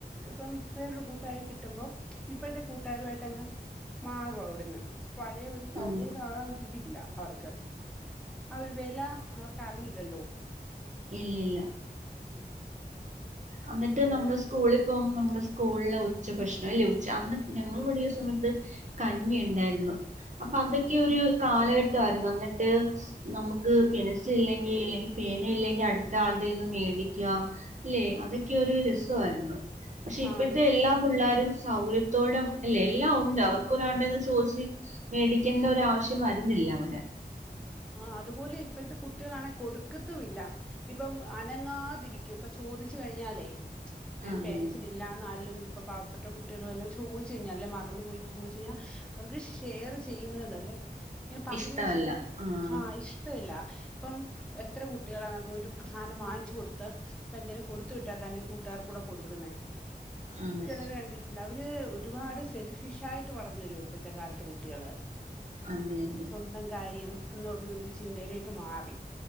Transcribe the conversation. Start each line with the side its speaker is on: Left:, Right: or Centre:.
Centre: ഇപ്പം വേറൊരു കൂട്ടുകാരെ കിട്ടുമ്പോ ഇപ്പഴത്തെ കൂട്ടുകാരുവായിട്ടങ്ങ് മാറും അവ്ട്ന്ന് പഴേ ഒ ഒര് സൗഹൃദ
Right: അതെ
Centre: ആ ഒരിതില്ല അവർക്ക് ആ ഒരു വെല അവർക്കറിയില്ലല്ലോ
Right: ഇല്ലില്ല
Centre: ഉം
Right: അന്നിട്ട്
Centre: അതുപോലെ
Right: നമ്മള് സ്കൂളി പോവുമ്പം നമ്മുടെ സ്കൂൾല് ഉച്ചഭക്ഷണം ഇല്ല്യെ ചന്ന് ഞങ്ങള് പഠിക്ക്ന്ന സമയത്ത് കഞ്ഞി ഉണ്ടായിരുന്നു അപ്പ അതക്കെ
Centre: ആ
Right: ഒര് കാലഘട്ടം ആയിരുന്നു അങ്ങേൻ ത്തെ നമുക്ക് പെന്സ് ഇല്ലെങ്കി ഇല്ലെങ്കി പേന ഇല്ലെങ്കി അട്ത്ത ആൾടേന്ന് മേടിക്കാ ഇല്ലെ അതൊക്കെ ഒരു രസവായിരുന്ന് പക്ഷെ
Centre: ആ,
Right: ഇപ്പത്തെ എല്ലാം പുള്ളാരും സൗകര്യത്തോടം അല്ലേ എല്ലാം ഒണ്ട് അവർക്ക് ഒരാൾടേന്ന് ചോദിച്ച് മേടിക്കണ്ട ഒരു ആവശ്യം വരുന്നില്ല അവടെ
Centre: ആ അതുപോലെ ഇപ്പഴ്ത്തെ കുട്ടികളാണെ കൊടുക്കത്തു ഇല്ല ഇപ്പം അനങ്ങാതിരിക്കും ഇപ്പം ചോദിച്ച് കഴിഞ്ഞാലേ
Right: അതെ
Centre: പെൻസില് ഇല്ലാന്ന് ആര്ലും ഇപ്പം പ പ്പട്ട കുട്ടികള് വല്ലോം ചോദിച്ചു കഴിഞ്ഞ അല്ലേ മറന്നു പോയി ചോഴിച്ചു കഴിഞ്ഞ അവർക്ക് ഷെയറ് ചെയ്യുന്നത് അല്ലെ ഇങ്ങനെ പങ്ക്
Right: ഇഷ്ടമല്ല
Centre: വെച്ച് കൊട്
Right: ആഹ്
Centre: ഇഷ്ടവില്ല ഇപ്പം എത്ര കുട്ടികളാണ് ഒരു സാനം വാങ്ങിച്ചു കൊടുത്ത ഇപ്പം എന്തേലും കൊടുത്ത് വിട്ടാ തന്നെ കൂട്ടുകാർക്കൂടെ കൊടുക്ക്ന്ന്
Right: അതെ
Centre: ചെലര് കണ്ടി ട്ടില്ല അവര് ഒരുപാട് സെൽഫിഷ് ആയിട്ട് വളന്ന് വരുവ ഇപ്പഴ്ത്തെ കാലത്തെ കുട്ടികള്
Right: അത് തന്നെ
Centre: സ്വന്തം കാര്യം എന്നുള്ള ഒരു ചിന്തയിലേക്ക് മാറി